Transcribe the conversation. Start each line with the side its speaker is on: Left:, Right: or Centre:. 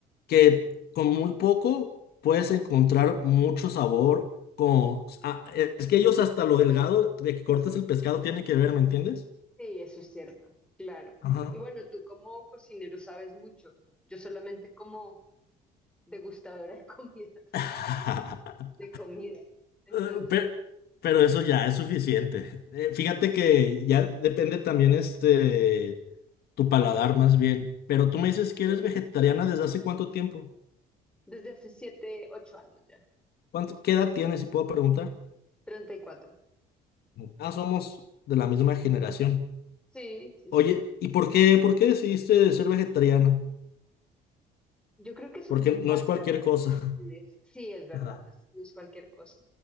Left: que con muy poco puedes encontrar mucho sabor. Con... ah, es que ellos hasta lo delgado de que cortes el pescado tiene que ver, ¿me entiendes?
Centre: Sí, eso es cierto, claro.
Left: ajá
Centre: Y bueno, tú como cocinero sabes mucho. Yo solamente como degustadora de comida, <laughs> pues,
Left: <laughs>
Centre: de comi- de comida. Entonces,
Left: Eh, Pero, pero eso ya es suficiente. Eh, fíjate que ya depende también este tu paladar más bien. Pero tú me dices que
Centre: sí,
Left: eres vegetariana desde hace cuánto tiempo.
Centre: desde hace siete, ocho años ya.
Left: ¿Cuánto, qué edad tienes, si puedo preguntar?
Centre: 34.
Left: Ah, somos de la misma generación.
Centre: Sí, sí,
Left: Oye,
Centre: sí.
Left: ¿y por qué, por qué decidiste ser vegetariana?
Centre: Yo creo que son
Left: Porque no
Centre: varias
Left: es cualquier cosa.
Centre: razones. Sí, es verdad,
Left: Ajá,
Centre: no es, no es cualquier cosa.